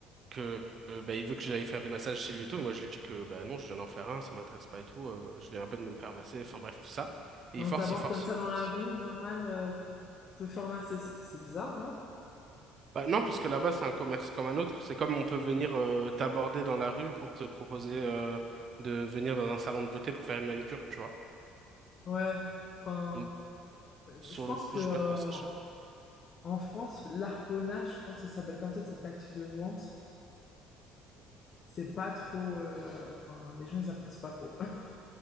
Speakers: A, on the right; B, on the left.
A: que euh, bah, il veut que j'aille faire des massages chez lui et tout. Moi, je lui dis que bah non, je viens d'en faire un, ça m'intéresse pas et tout. euh, je viens à peine de me faire masser, enfin bref, tout ça. Et
B: Mais
A: il
B: On
A: force,
B: t'aborde
A: il force,
B: comme ça
A: il force.
B: dans la rue, normal, euh, pour te faire masser. C'est c'est bizarre, non?
A: Bah non, parce que là-bas, c'est un commerce comme un autre. C'est comme on peut venir euh, t'aborder dans la rue pour te proposer euh, de venir dans un salon de beauté pour faire une manicure, tu vois.
B: Ouais. Enfin,
A: Donc,
B: euh,
A: sur
B: je pense
A: le coup,
B: que
A: je
B: euh,
A: sais pas trop ça.
B: en France, l'harponnage, je crois que ça s'appelle comme ça, cette tactique de vente, c'est pas trop. euh, Enfin, les gens, ils apprécient pas trop. <laughs>